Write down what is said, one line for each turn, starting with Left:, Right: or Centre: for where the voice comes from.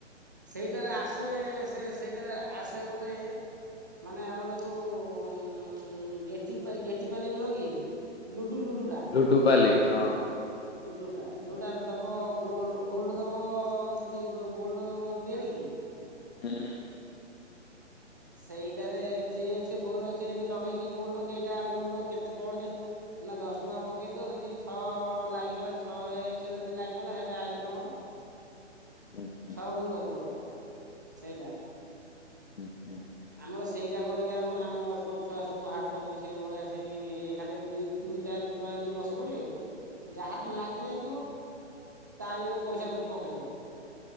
Right: ସେଇଟାରେ ଆସେ ସେ ସେଇଟାରେ ଆସେ ଗୋଟେ ମାନେ ଆମର ଯେଉଁ ଗେଟି ପା ଗେଟି ପାଲି ନୁହେଁ କି ଲୁଡ଼ୁ ଲୁଡ଼ୁଟା।
Left: ଡୁପାଲି ହଁ।
Right: ଲୁଡୁ ଟା ଯୋଉଟା ଦବ ଗୋ ଗୋଲ୍ଡ ଦବ କି ଗୋ ଗୋଲ୍ଡବ ଦିଏନି କି।
Left: ହୁଁ ହୁଁ।
Right: ସେଇଟାରେ ଥ୍ରୀ ଏକ୍ସ ଫୋର ଏକ୍ସ ଏମତି ଲଗେଇକି ଗୋଲଡ କେଇଟା ଗୋଲ୍ଡ କେତେ ପଏଣ୍ଟ ହେ ନା ଦଶ ଟଙ୍କା ପକେଇଦିଅ ଯଦି ଛଅ ଲାଗିଗଲା ଛଅ ଏକ୍ସ ଯଦି ଲାଗିଗଲା ହେଇଟା ଆଇଲା ତମର
Left: <inaudible>
Right: ସବୁୁ ଦେଇଦବ ଖାତରେ ସେଇଟା
Left: ହୁ ହୁଁ।
Right: ଆମର ସେଇଟା କଣକି ଆମ ଆମ ଏପଟେ ଛୁଆ ସବୁ ହାକ୍ କରିକି ସେଇଭଳିଆ ସେଇ ଏକଖାରେ ଦୁଇ ଚାରି ଛୁଆ ଏମିତି ବସି ପଡ଼ିବେ ଯାହାର
Left: ହୁଁ
Right: ଲାଗି ଯାଇଥିବ ତା ଇଏରେ ପଇସାକୁ ପକେଇବେ।